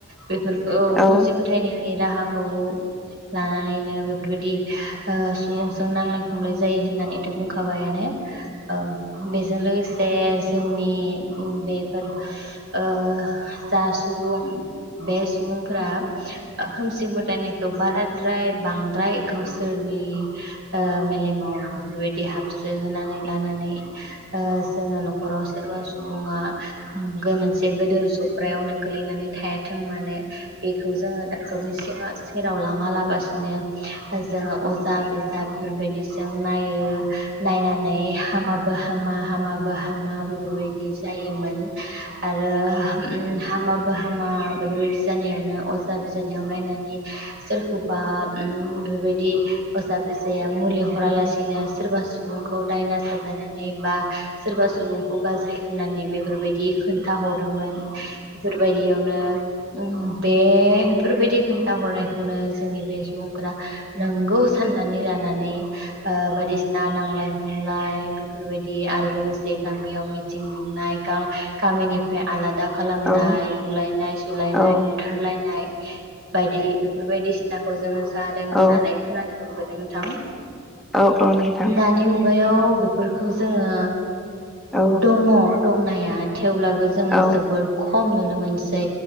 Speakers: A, on the right; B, in the centre.
A: बेफोरखौ खोमसि
B: औ
A: फोथायनायनि राहाखौ लानानैनो बेफोरबायदि ओ सुबुंजों नांलाय खमलाय जायो होननानै बुंखाबायानो औ बेजों लोगोसे जोंनि बेफोर ओ जा सुबुं बे सुबुंफोरा ओ खोमसि मोथायनायखौ बारा द्राय बां द्राय गावसोरनि ओ मेलेमाव बेफोर <unintelligible> होनानै लानानै ओ जोङो न'खराव सोरबा सुबुङा मोनगोन मोनसे गेदेर जब्रायावनो गोलैनानै थायाथों माने बेखौ जोङो डाक्टरनि सिङा जेराव लाङा ला बासिनो जोङो अजा बेसाद बे बेबायदिजों नायो नायनानै हामाबो हामा हामा बो हामा बेफोर बायदि जायो मोन आरो उम‌ हामा बो हामा बेफोरबायदि जानायावनो अज आ बिजावनियाव नायनानै सोरखौ बा उय बे बायदि अजा फिसाया मुलि हरा लासि दिनो सोरबा सु सुबुंखौ डायना साजायनानै बा सोरबा सुबुंखौ गाज्रि होननानै बेफोरबायदि खो था हरोमोन बेफोरबायदियावनो उम बेफोरबायदि खोनथा हरनाय जोंनि बे सुबुंफोरा नोंगौ साननानै लानानै ओ बादि ना नांलाय खमलाय बेफोरबायदि आरो लोगोसे गामियाव मि थिं लिंनाय गा-गामिनिफ्राय आलादा खालामनाय
B: औ औ
A: बुलायनाय सुलायनाय
B: औ
A: बुथारलायनाय बायदि बेफोरबायदि नाखौ जोङो जादों होननानै
B: औ
A: खोनानो मोनबो नोंथां
B: औ औ नोंथां
A: दानि मुगायाव बेफोरखौ जोङो
B: औ
A: दङ दंनाया थेवब्लाबो जोङो
B: औ
A: जोबोद खम नुनो मोनो सै